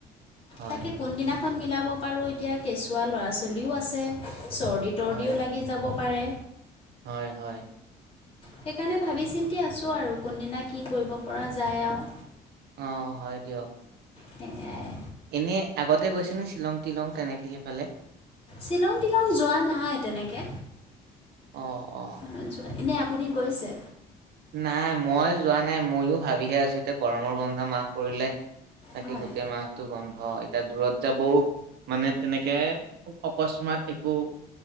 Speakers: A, on the right (about 75°); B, on the left (about 35°).
A: হয়
B: তাকে কোনদিনা খন মিলাব পাৰোঁ এতিয়া কেঁচুৱা ল'ৰা ছোৱালীও আছে, চৰ্দি তৰ্দিও
A: হয়
B: লাগি যাব পাৰে।
A: হয় হয়।
B: সেইকাৰণে ভাবি চিন্তি আছোঁ আৰু কোনদিনা কি কৰিব পৰা যায় আৰু।
A: অ', হয় দিয়ক।
B: সেয়াই
A: এনে আগতে গৈছে নি শ্বিলং টিলং তেনেকে সেইফালে?
B: শ্বিলং তিলং যোৱা নাই তেনেকে।
A: অ', অ'।
B: নাই যোৱা, এনেই আপুনি গৈছে।
A: নাই মই যোৱা নাই, ময়ো ভাবিহে আছোঁ। এতিয়া গৰমৰ বন্ধ মাহ পৰিলে। তাকে
B: হয়
A: গোটেই মাহ এতিয়া টো বন্ধ, এতিয়া দূৰত যাবও মানে তেনেকে অকস্মাত একো